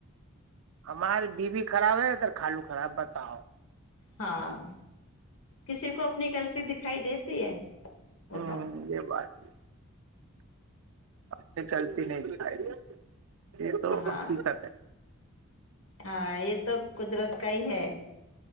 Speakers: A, on the right; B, on the left.
A: ہماری بیوی خراب ہے یا تھر خالو خراب بتاؤ
B: ہاں کسی کو اپنی غلطی دکھائی دیتی ہے
A: ہاں
B: بتاؤ
A: یہ بات ہے اپنی غلطی نہیں دکھائی یہ تو
B: ہاں
A: حقیقت ہے
B: ہاں یہ تو قدرت کا ہی ہے